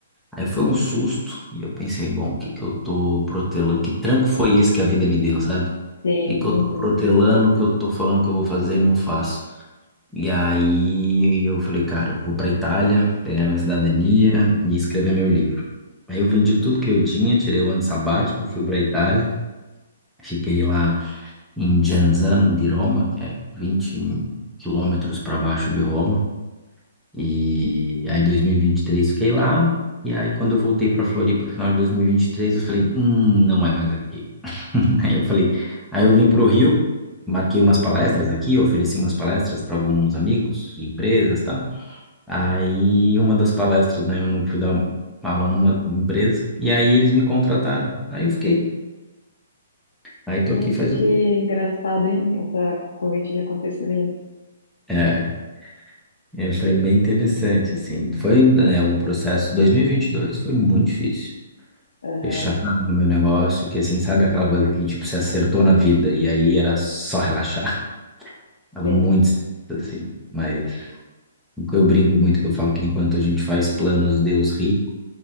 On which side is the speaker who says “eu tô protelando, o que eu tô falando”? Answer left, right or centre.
Centre